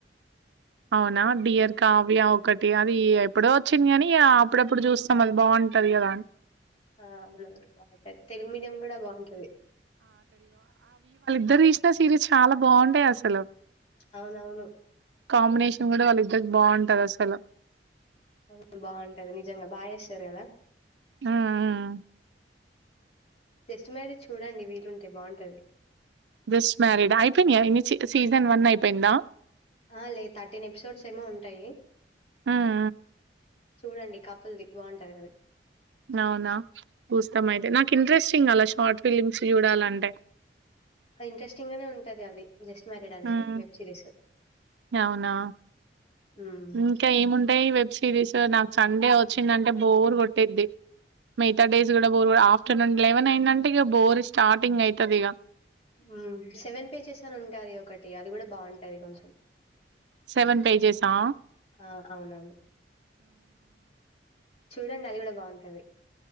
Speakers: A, on the right (about 80°); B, on the left (about 35°).
A: అవునా డియర్ కావ్య ఒ ఒకటి అది ఎప్పుడో వచ్చింది కానీ అప్పుడప్పుడు చూస్తాం అది బావుంటది కదాఅని
B: ఆ అవునవును బాగుంటాయి తెలుగు మీడియం కూడా బావుంటది
A: ఇద్దరు తీసిన సిరీస్ చాలా బాగుంటాయి అసలు
B: అవునవును.
A: కాంబినేషన్ కూడా వాళ్ళు ఇద్దరు బాగుంటది అస్సలు
B: అవు బాగుంటది నిజంగా బాగా చేస్తారు కదా
A: ఆ ఆ
B: జస్ట్ మ్యారేజ్ చూడండి వీలుంటే బాగుంటది
A: జస్ట్ మ్యారీడ్ అయిపోయినాయా ఇన్నీ సీజన్ వన్ అయిపోయిందా
B: ఆ లేదు థర్టీన్ ఎపిసోడ్స్ ఏమో ఉంటాయి
A: హ్మ్.
B: చూడండి కపుల్ది బాగుంటది అది
A: అవునా చూస్తాం
B: హ్మ్.
A: అయితే నాకు ఇంట్రెస్టింగ్ అలా షార్ట్ ఫిలిమ్స్ చూడాలంటే ఏ
B: అది ఇంట్రెస్టింగ్ గానే ఉంటది అది జస్ట్ మ్యారీడ్ అనే
A: ఉమ్
B: వెబ్ సిరీస్.
A: అవునా
B: హ్మ్.
A: ఇంకా ఏముంటాయి వెబ్ సిరీస్ నాకు సండే వచ్చిందంటే బోర్ కొట్టిద్ది ఇ డేస్ కూడా బోర్ ఆఫ్టర్నూన్ లెవెన్ అయిందంటే ఇక బోర్ స్టార్టింగ్ అయితది ఇగ
B: ఉమ్ సెవెన్ పేజెస్ అని ఉంటది ఒకటి అది కూడ బాగుంటది కొంచెం
A: సెవెన్ పేజెస్ అ
B: ఆ! అవునవును. చూడండి అది కూడా బాగుంటది